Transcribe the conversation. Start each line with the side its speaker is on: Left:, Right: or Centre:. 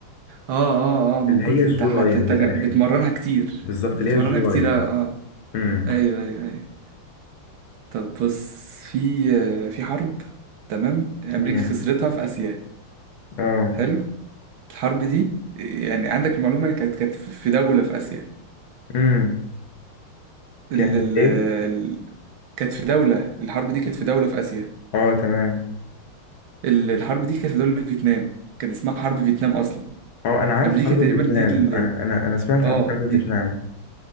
Right: اه اه اه من
Left: اللي
Right: كتر
Left: هي الجو
Right: تح...
Left: لاين
Right: تت-
Left: من الاخر
Right: بتمرنها كتير
Left: بالظبط
Right: بتمرنها
Left: اللي هي الجو
Right: كتير
Left: لاين
Right: اه اه
Left: امم
Right: ايوه ايوه ايوه طب بص في آه، في حرب تمام امريكا
Left: امم
Right: خسرتها في اسيا
Left: اه
Right: حلو الحرب دي يعني عندك المعلومه كانت كانت في في دوله في اسيا
Left: امم
Right: ال...
Left: كانت
Right: ال...
Left: ايه
Right: ال... كانت في دوله الحرب دي كانت في دوله في اسيا
Left: اه تمام
Right: ال- الحرب دي كانت في دوله في فيتنام كان اسمها حرب فيتنام اصلا
Left: اه انا عارف
Right: امريكا
Left: حرب
Right: تقريبا
Left: فيتنام
Right: دي ال...
Left: انا انا انا سمعت
Right: اه
Left: عن حرب
Right: دي
Left: فيتنام